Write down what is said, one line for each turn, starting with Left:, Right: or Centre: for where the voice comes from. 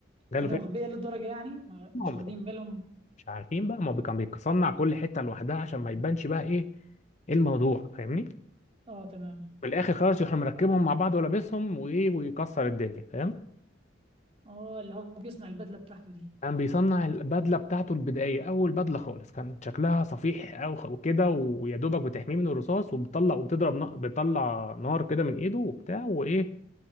Left: جات
Right: كانوا
Left: له فكره
Right: اغبياء للدرجه يعني ما مش
Left: هم
Right: واخدين
Left: مش
Right: بالهم
Left: مش عارفين بقى ما هو كان بيصنع كل حته لوحدها عشان ما يبانش بقى ايه ايه الموضوع فاهمني
Right: اه تمام
Left: في الاخر خلاص يروح مركبهم مع بعض ولابسهم وايه ويكسر الدنيا فاهم
Right: اه اللي هو بيصنع البدله بتاعته دي
Left: كان بيصنع البدله بتاعته البدائيه اول بدله خالص كان شكلها صفيح او خ- وكده ويا دوبك بتحميه من الرصاص وبتطلع وبتضرب نا... بتطلع نار كده من ايده وبتاع وايه